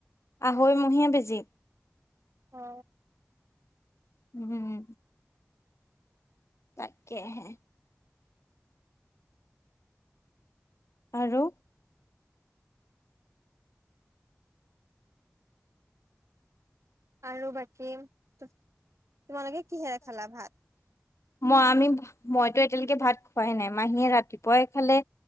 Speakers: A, on the left (about 75°); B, on the right (about 85°).
A: আঢ়ৈ মহীয়া বেজি।
B: অ।
A: উম্ হম্ তাকেহে আৰু?
B: আৰু বাকী তোমালোকে কিহেৰে খালা ভাত?
A: মই, আমি মইতো এতিয়ালৈকে ভাত খোৱাই নাই মাহীয়ে ৰাতিপুৱাই খালে